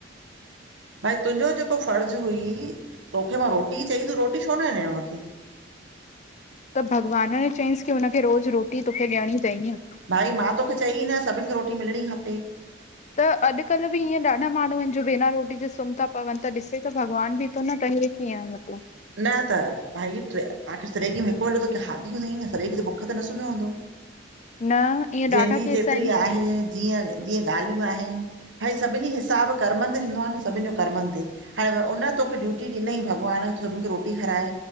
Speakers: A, on the right; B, on the left.
A: भई तुंहिंजो जेको फर्ज़ु हुई तोखे मां रोटी ई चई त रोटी छो न ॾियणु उनखे
B: त भॻवान न चयईंसि की हुनखे रोज़ु रोटी तोखे ॾियणी तइ इय
A: भाई मां तोखे चई न सभिनि खे रोटी मिलणी खपे
B: त अॼुकल्ह बि ईअं ॾाढा माण्हू आहिनि जो बिना रोटी जे सुम्हहि था पवनि त ॾिसे त भॻवान बि थो न त हे कीअं मतलब
A: न त भई आख़िर सॼे ॾिह में हिकु वेलो त खादी हूंदीई न सॼे ॾिह त भूख ते न सुम्हियो हूंदो
B: न ईअं
A: जंहिंजी
B: ॾाढा केस
A: जेतिरी
B: आहिनि
A: आहे जीअं जीअं ॻाल्हियूं आहिनि भई सभिनी हिसाबु कर्मनि ते थींदो आहे न सभिनी जो कर्मनि ते हाणे उन तोखे ड्यूटी ॾिनई भॻवान सभिनि खे रोटी खाराए,